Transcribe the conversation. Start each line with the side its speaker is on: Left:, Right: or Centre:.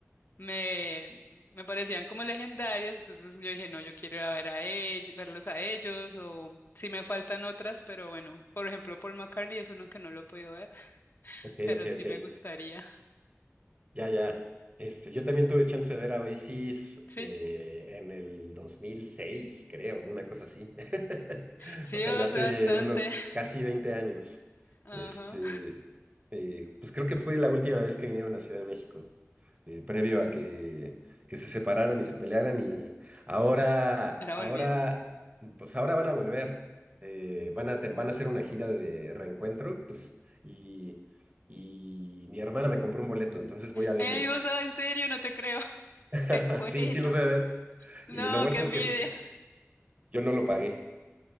Left: me, me parecían como legendarias, entonces yo dije, no, yo quiero ir a ver a ellos, verlos a ellos o si me faltan otras, pero bueno, por ejemplo, Paul McCartney es uno que no lo he podido ver, <laughs>
Right: ok,
Left: pero
Right: ok,
Left: sí
Right: ok.
Left: me gustaría.
Right: Ya, ya. Este, yo también tuve chance de ver a Oasis
Left: Sí,
Right: eh, en el 2006, creo, una cosa así. <laughs>
Left: sí,
Right: O sea,
Left: o
Right: ya hace
Left: sea, bastante.
Right: unos
Left: <laughs>
Right: casi 20 años.
Left: Ajá.
Right: Este, eh, pues creo que fue la última vez que vinieron a Ciudad de México, eh, previo a que, que se separaran y se pelearan. Y ahora,
Left: Ahora
Right: ahora,
Left: volvieron.
Right: pues ahora van a volver. eh, van a, te- van a hacer una gira de reencuentro, pues, y mi hermana me compró un boleto, entonces voy a verlos.
Left: Ey, vos sabés, en serio, no te creo. <laughs>
Right: <laughs>
Left: Qué bueno.
Right: Sí, sí los voy a ver.
Left: No,
Right: Y lo bueno
Left: qué envidia.
Right: es que pues yo no lo pagué.